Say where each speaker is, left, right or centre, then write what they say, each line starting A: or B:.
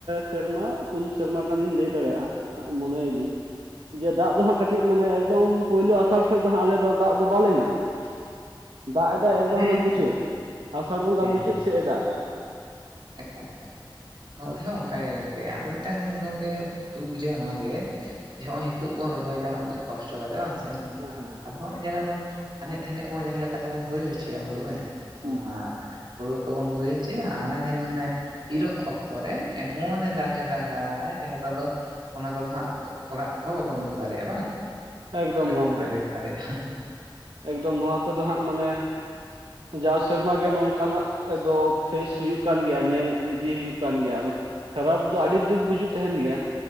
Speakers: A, on the right; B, on the right.
A: ᱥᱮᱨᱢᱟ ᱯᱩᱱ ᱥᱮᱨᱢᱟ ᱜᱟᱱᱤᱧ ᱞᱟᱹᱭ ᱫᱟᱲᱮᱭᱟᱜᱼᱟ ᱢᱚᱱᱮᱭᱤᱫᱟᱹᱧ᱾ ᱡᱮ ᱫᱟᱜ ᱫᱚ ᱦᱟᱸᱜ ᱠᱟᱹᱴᱤᱡ ᱢᱟᱱᱮ ᱮᱠᱫᱚᱢ ᱯᱳᱭᱞᱳ ᱟᱥᱟᱲ ᱠᱷᱚᱡᱽ ᱫᱚ ᱦᱟᱸᱜ ᱟᱞᱮ ᱫᱚ ᱫᱟᱜ ᱫᱚ ᱵᱟᱞᱮ ᱧᱟᱢ ᱮᱫᱟ᱾ ᱫᱟᱜ ᱮ ᱫᱟᱜᱭ ᱮᱠᱫᱚᱢ
B: ᱦᱮᱸ
A: ᱦᱟᱱᱮ ᱢᱩᱪᱟᱹᱫ ᱨᱮ ᱟᱥᱟᱲ ᱵᱚᱸᱜᱟ
B: ᱦᱮᱸ
A: ᱢᱩᱪᱟᱹᱫ ᱥᱮ ᱮ ᱫᱟᱜ ᱮᱫᱟ᱾
B: ᱮᱠᱟᱞ ᱱᱚᱱᱛᱮ
A: ᱟᱨ
B: ᱦᱚᱸ ᱚᱱᱠᱟ ᱜᱮ ᱜᱚᱝᱠᱮ ᱠᱮ ᱟᱫᱚ ᱢᱤᱫᱴᱟᱝ ᱜᱚᱝᱠᱮ ᱫᱩᱠ ᱵᱩᱡᱷᱟᱹᱜᱼᱟ ᱱᱚᱣᱟ ᱜᱮ ᱡᱮ ᱦᱚᱸᱜᱼᱚᱭ ᱱᱤᱛᱚᱜ ᱵᱚᱱ ᱨᱚᱦᱚᱭ ᱫᱟ ᱩᱱᱟᱹᱜ ᱠᱚᱥᱴᱚ ᱠᱟᱛᱮᱜ ᱵᱟᱝᱥᱮ?
A: ᱦᱮᱸ ᱦᱮᱸ
B: ᱧᱮᱞᱟᱵᱚᱱ ᱟᱱᱮᱡ ᱫᱷᱟᱱᱮᱡ ᱵᱚᱱ ᱡᱟᱦᱟᱸ ᱞᱮᱠᱟ ᱛᱮᱵᱚᱱ ᱦᱩᱭ ᱦᱚᱪᱚᱭᱟ ᱦᱩᱲᱩ ᱦᱮ ᱚᱱᱟ
A: ᱦᱩᱸ
B: ᱦᱩᱲᱩ ᱠᱚᱢᱚᱱ ᱦᱩᱭ ᱦᱚᱪᱚᱭᱟ ᱟᱨ ᱟᱨ ᱧᱮᱞ ᱢᱮ ᱦᱟᱱᱮ ᱤᱨᱚᱜ ᱚᱠᱛᱚ ᱨᱮ ᱮᱢᱚᱱᱮ ᱫᱟᱜᱮ ᱫᱟᱜᱟᱭ ᱡᱟᱦᱟᱸ ᱫᱚ ᱟᱫᱚ ᱚᱱᱟ ᱠᱚᱫᱚ ᱦᱟᱸᱜ ᱚᱲᱟᱜ ᱛᱮᱦᱚᱸ ᱵᱟᱵᱚᱱ ᱟᱹᱜᱩ ᱫᱟᱲᱮᱭᱟᱜᱼᱟ ᱵᱟᱝ᱾ ᱚ
A: ᱮᱠᱫᱚᱢ
B: ᱨᱮ ᱦᱱᱟ
A: ᱜᱚᱝᱠᱮ
B: ᱥᱟ <inaudible>
A: ᱮᱠᱫᱚᱢ ᱱᱚᱣᱟ ᱠᱚᱫᱚ ᱦᱟᱸᱜ ᱢᱟᱱᱮ
B: <unintelligible>
A: ᱡᱟᱣ ᱥᱮᱨᱢᱟ ᱜᱮ ᱱᱚᱝᱠᱟᱱᱟᱜ ᱫᱚ ᱯᱷᱮᱥ ᱦᱩᱭᱩᱜ ᱠᱟᱱ ᱜᱮᱭᱟ ᱧᱮᱞ ᱤᱫᱤ ᱦᱩᱭᱩᱜ ᱠᱟᱱ ᱜᱮᱭᱟ ᱟᱫᱚ ᱠᱷᱟᱨᱟᱯ ᱫᱚ ᱟᱹᱰᱤ ᱫᱩᱠ ᱵᱩᱡᱩᱜ ᱛᱟᱦᱮᱱ ᱜᱮᱭᱟ